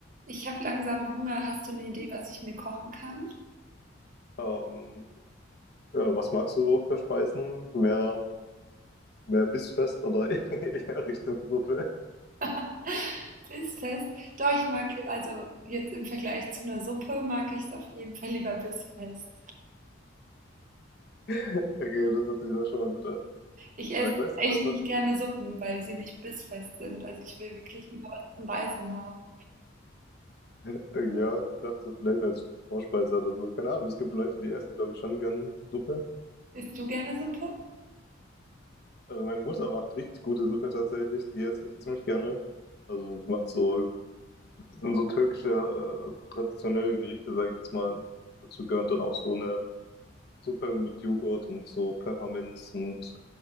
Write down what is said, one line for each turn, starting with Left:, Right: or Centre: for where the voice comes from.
Right: Ich habe langsam Hunger. Hast du eine Idee, was ich mir kochen kann?
Left: Ähm, ja, was magst du so für Speisen? Mehr, mehr bissfest oder <laughs> eher Richtung Suppe? <laughs>
Right: <laughs> Bissfest? Doch, ich mag, also jetzt im Vergleich zu einer Suppe, mag ich es auf jeden Fall lieber bissfest.
Left: Okay, das hört sich doch schon mal gut an.
Right: Ich esse
Left: Äh, ich weiß
Right: echt
Left: nicht, was
Right: nicht
Left: das.
Right: gerne Suppen, weil sie nicht bissfest sind. Also ich will wirklich lieber was zum Beißen haben.
Left: <laughs> Äh, Ja, ich dachte so vielleicht als Vorspeise oder so. Keine Ahnung, es gibt Leute, die essen, glaube ich, schon gern Suppe.
Right: Isst du gerne Suppe?
Left: Also meine Mutter macht richtig gute Suppe tatsächlich, die esse ich ziemlich gerne. Also sie macht so, sind so türkische äh, traditionelle Gerichte, sage ich jetzt mal. Dazu gehört dann auch so eine Suppe mit Joghurt und so Pfefferminz und